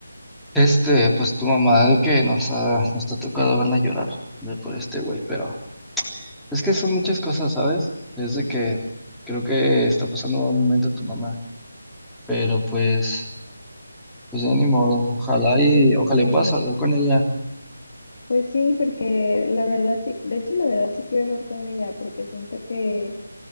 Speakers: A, in the centre; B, on the left (about 45°).
A: Este, pues tu mamá de que nos ha, nos ha tocado verla llorar de por este güey, pero. Es que son muchas cosas, ¿sabes? Es de que creo que está pasando un momento tu mamá, pero pues, pues ya ni modo, ojalá y
B: No
A: ojalá
B: sé.
A: y puedas hablar con ella.
B: Pues sí, porque la verdad sí, de hecho la verdad sí quiero hablar con ella, porque siento que